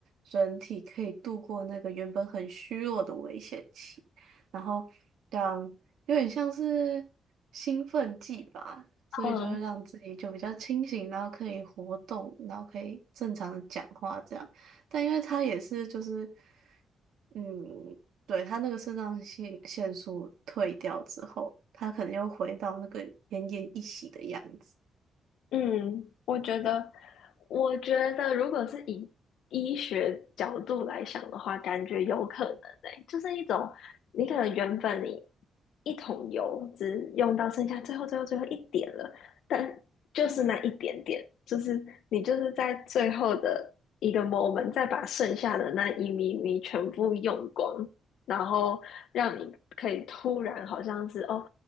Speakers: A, on the right; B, on the left.
A: 人体可以度过那个原本很虚弱的危险期，然后让有点像是兴奋剂吧，所以就会让自己就比较清醒，
B: 嗯，
A: 然后可以活动，然后可以正常的讲话这样。但因为它也是就是，嗯。对，他那个肾上腺腺素退掉之后，他可能又回到那个奄奄一息的样子。
B: 嗯，我觉得，我觉得如果是以医学角度来想的话，感觉有可能欸，就是一种你可能原本你一桶油只用到剩下最后最后最后一点了，但就是那一点点，就是你就是在最后的一个 moment 再把剩下的那一咪咪全部用光，然后让你可以突然好像是哦。